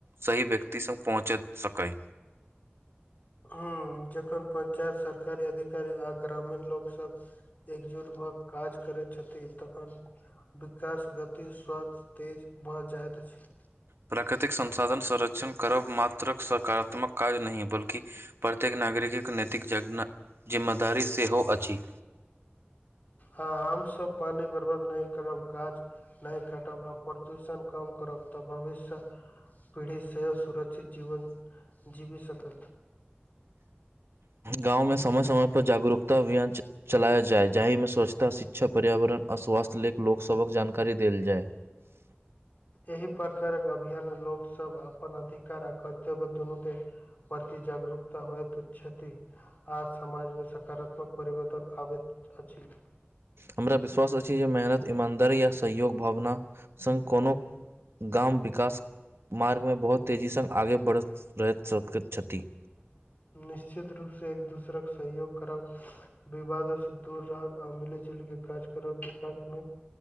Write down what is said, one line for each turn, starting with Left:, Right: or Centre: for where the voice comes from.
Right: सही व्यक्तिसँ पहुँचै सकै
Left: ह जखन पञ्चायत सरकारी अधिकारी आ ग्रामीण लोक सब एकजुट भ काज करैत छथि तखन विकास गति स्वथ तेज भह जाइत अछि
Right: प्राकृतिक संसाधन संरक्षण करब मात्र सकारात्मक काज नहि बल्कि प्रत्येक नागरिकके नैतिक जग जिम्मेदारी सेहो अछि
Left: ह हम सब पानि बर्बाद नहि करब गाछ नहि काटब आ प्रदूषण कम करब तऽ भविष्य पीढ़ी सेहो सुरक्षित जीवन जीवी सकत
Right: गाँव मे समय समय पर जागरूकता अभियान चलाय जाय जाहिमे स्वच्छता शिक्षा पर्यावरण आ स्वास्थ्य लेक लोक सबक जानकारी देल जाय
Left: एहि प्रकारक अभियान लोक सब अपन अधिकार आ कर्तव्य दुनू पे प्रति जागरूकता होयत छथि आ समाज मे सकारात्मक परिवर्तन आबैत अछि
Right: हमरा विश्वास अछि जे मेहनत ईमानदारी या सहयोग भावना संग कोनो गाम विकास मार्गमे बहुत तेजीसँ आगे बढ़ैत रहैत सकैत छथि
Left: निश्चित रूप से एक दोसरक सहयोग करब विवादो से दूर रहब आ मिली जुल के काज करब विकास मे